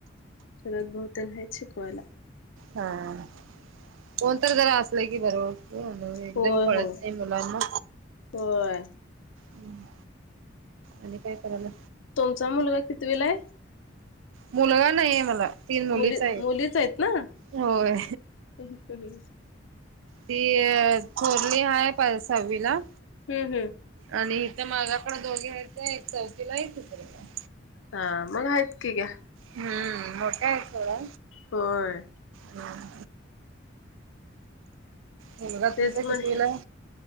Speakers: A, on the left (about 85°); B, on the right (about 85°).
A: चुलत भाऊ तेन हाईत शिकवायला.
B: हा. कोण तर जरा असल की बरो वाटतय एकदम
A: होय
B: कळत
A: होय
B: नाही मुलाना.
A: होय.
B: हम्म, आणि काय करायला.
A: तुमचा मुलगा कितवीला आहे.
B: मुलगा नाही आहे मला, तीन मुलीच
A: मुली
B: आहेत
A: मुलीच आहेत ना
B: होय.
A: <inaudible>
B: ती थोरली हाय पा- सहावीला.
A: हम हम.
B: आणि इथ माझ्याकडे दोघी आहेत ते एक चौथीला एक तिसरीला.
A: हा मग आहेत की घ्या.
B: हम्म, मोठ्या आहेत सोडा.
A: होय
B: हम. मुलगा
A: तेच
B: तुमच्या
A: म्हंटलं
B: कतीला आहे?